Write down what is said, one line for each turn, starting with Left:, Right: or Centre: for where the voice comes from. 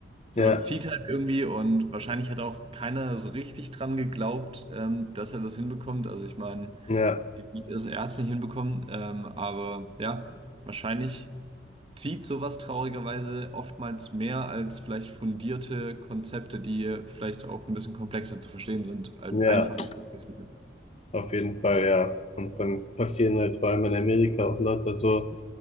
Right: sowas
Left: ja,
Right: zieht halt irgendwie und wahrscheinlich hat auch keiner so richtig dran geglaubt, ähm, dass er das hinbekommt. Also ich meine,
Left: ja,
Right: die- er hat es nicht hinbekommen, ähm, aber ja, wahrscheinlich zieht sowas traurigerweise oftmals mehr als vielleicht fundierte Konzepte, die vielleicht auch ein bisschen komplexer zu verstehen sind, als
Left: ja,
Right: einfache Begrifflichkeiten.
Left: auf jeden Fall, ja. Und dann passieren halt vor allem in Amerika auch lauter so